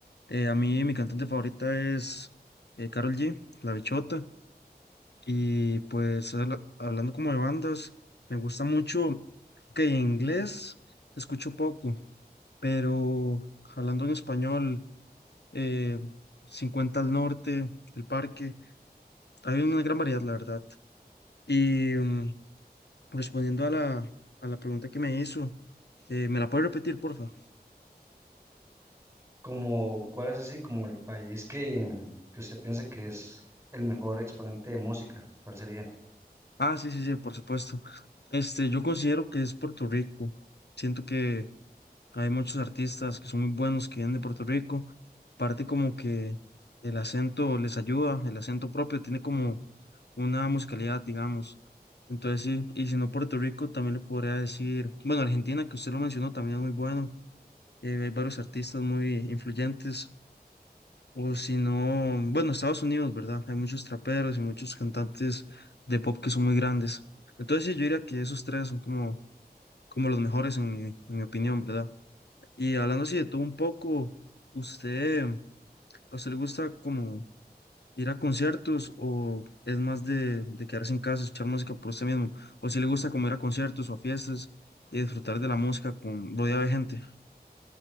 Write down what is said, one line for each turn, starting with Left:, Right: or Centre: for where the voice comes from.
Left: Eh, a mí, mi cantante favorita es eh, Karol G, La Bichota. Y pues habla- hablando como de bandas, me gusta mucho que en inglés escucho poco, pero hablando en español, eh, 50 al norte, El Parque, hay una gran variedad, la verdad. Y mm, respondiendo a la, a la pregunta que me hizo. Eh, ¿me la puedes repetir, porfa?
Right: Como, ¿cuál es así como el país que, que usted piensa que es el mejor exponente de música? ¿Cuál sería?
Left: Ah, sí, sí, sí, por supuesto. Este, yo considero que es Puerto Rico. Siento que hay muchos artistas que son muy buenos que vienen de Puerto Rico. Parte como que el acento les ayuda, el acento propio tiene como una musicalidad, digamos. Entonces sí, y si no Puerto Rico, también le podría decir, bueno, Argentina, que usted lo mencionó, también es muy bueno. Eh, hay varios artistas muy influyentes. O si no, bueno, Estados Unidos, ¿verdad? Hay muchos traperos y muchos cantantes de pop que son muy grandes. Entonces sí, yo diría que esos tres son como, como los mejores en mi, en mi opinión, ¿verdad? Y hablando así de todo un poco, ¿usted, a usted le gusta como ir a conciertos o es más de, de quedarse en casa, escuchar música por usted mismo? ¿O si le gusta como ir a conciertos o a fiestas y disfrutar de la música con rodeado de gente?